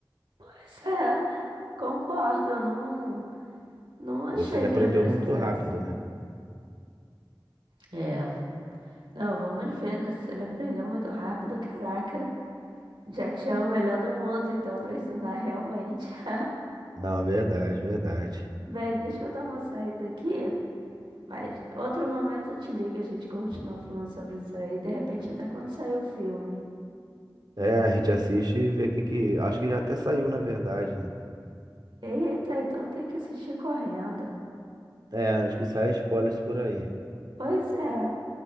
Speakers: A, on the right (about 80°); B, on the right (about 55°).
A: Pois é, concordo. Eu não, não achei
B: Ou se ele
A: que
B: aprendeu
A: ele precisasse.
B: muito rápido, né?
A: É. Não, vamos ver, né? Se ele aprendeu muito rápido, caraca. Jack Chan é o melhor do mundo, então, pra ensinar realmente. <laughs>
B: Não, verdade, verdade.
A: Bem, deixa eu dar uma saída aqui. Mas outro momento eu te ligo, a gente continua falando sobre isso aí. De repente, até quando sair o filme.
B: É, a gente assiste e vê o que que. Acho que já até saiu, na verdade, né?
A: Eita, então tem que assistir correndo.
B: É, acho que sai spoilers por aí.
A: Pois é.